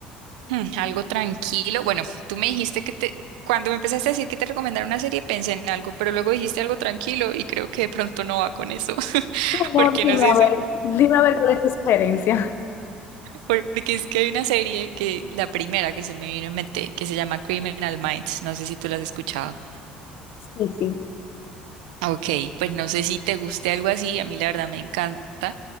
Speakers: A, on the right (about 80°); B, on the left (about 60°).
A: Hmm, algo tranquilo. Bueno, tú me dijiste que te, cuando me empezaste a decir que te recomendara una serie, pensé en algo, pero luego dijiste algo tranquilo y creo que de pronto no va con eso, <laughs>
B: Bueno,
A: porque
B: dime
A: no sé
B: a
A: si,
B: ver, Dime a ver cuál es tu sugerencia.
A: porque es que hay una serie que, la primera que se me vino en mente, que se llama Criminal Minds. No sé si tú la has escuchado.
B: sí, sí.
A: Ok, pues no sé si te guste algo así, a mí la verdad me encanta.